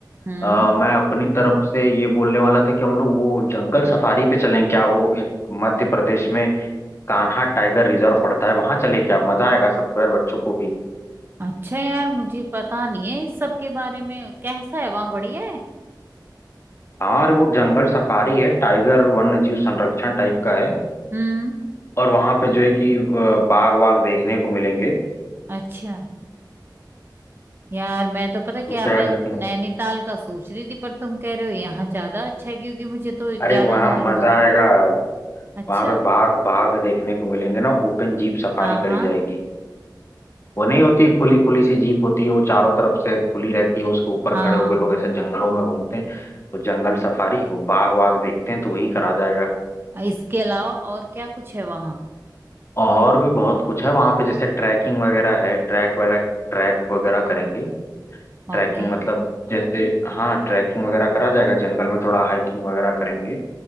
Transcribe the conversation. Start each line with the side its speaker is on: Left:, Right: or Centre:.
Right: हम्म
Left: अ, मैं अपनी तरफ से ये बोलने वाला था कि हम लोग वो जंगल सफारी पे चलें क्या वो एक मध्य प्रदेश में कान्हा टाइगर रिजर्व पड़ता है वहां चले क्या मजा आएगा सबको यार बच्चों को भी
Right: अच्छा यार मुझे पता नहीं है इस सब के बारे में कैसा है वहाँ बढ़िया है
Left: हाँ अरे वो जंगल सफारी है टाइगर वन्य जीव संरक्षण टाइप का है
Right: हम्म
Left: और वहां पे जो है कि अ, बाघ वाघ देखने को मिलेंगे
Right: अच्छा यार मैं तो पता क्या
Left: तो क्या
Right: मैं
Left: कहते हैं
Right: नैनीताल का सोच रही थी पर तुम कह रहे हो यहाँ ज्यादा अच्छा है क्योंकि मुझे तो ज्यादा
Left: अरे वहां
Right: नॉलेज
Left: मजा
Right: नहीं
Left: आएगा
Right: अच्छा
Left: वहां पे बाघ बाघ देखने को मिलेंगे ना ओपन जीप सफारी
Right: हाँ
Left: करी
Right: हाँ
Left: जाएगी वो नहीं होती खुली खुली सी जीप होती है वो चारों तरफ से खुली रहती है उसके ऊपर
Right: हाँ
Left: खड़े होकर लोग ऐसे जंगलों में घूमते हैं वो जंगल सफारी वो बाघ वाघ देखते हैं तो वही करा जाएगा
Right: इसके अलावा और क्या कुछ है वहाँ
Left: और भी बहुत कुछ है वहां पे जैसे ट्रैकिंग वगैरह है ट्रैक वगैरह ट्रैक वगैरह करेंगे ट्रैकिंग
Right: ओके
Left: मतलब जैसे हाँ ट्रैकिंग वगैरह करा जाएगा जंगल में थोड़ा हाइकिंग वगैरह करेंगे